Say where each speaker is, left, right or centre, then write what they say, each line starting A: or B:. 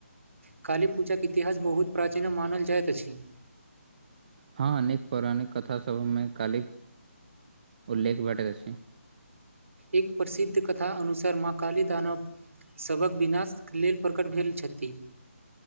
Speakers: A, on the right (about 70°); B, on the right (about 40°).
A: काली पूजा के इतिहास बहुत प्राचीन मानल जाइत अछि
B: हँ अनेक पौराणिक कथास सभ मे कालिक उल्लेख भेटति अछि
A: एक प्रसिद्ध कथा अनुसार माँ काली दानव सभक विनाश लेल प्रकट भेल छथि